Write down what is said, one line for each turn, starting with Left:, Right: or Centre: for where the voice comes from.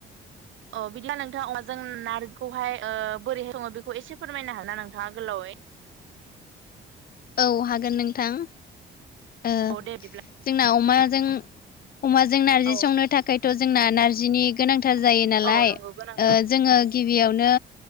Right: अ बिदिब्ला नोंथाङा अमाजों नार्जिखौहाय ओ बोरैहाय सङो बेखौ एसे फोरमायनो हागोनना नोंथाङा गोलावै
Left: औ हागोन नोंथां। ओ
Right: औ दे बिदिब्ला
Left: जोंना अमाजों अमाजों नारजि
Right: औ
Left: संनो थाखायथ' जोंना नारजिनि गोनांथार जायो नालाय
Right: औ नंगौ गोनांथार
Left: ओ जोङो गिबियावनो